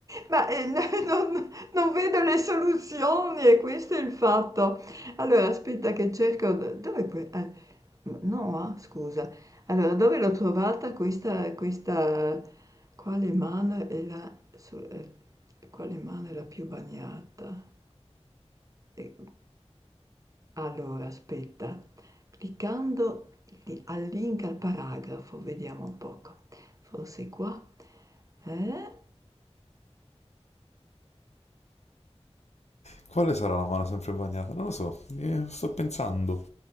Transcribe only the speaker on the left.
Quale sarà la mano sempre bagnata? Non lo so. Eh, sto pensando.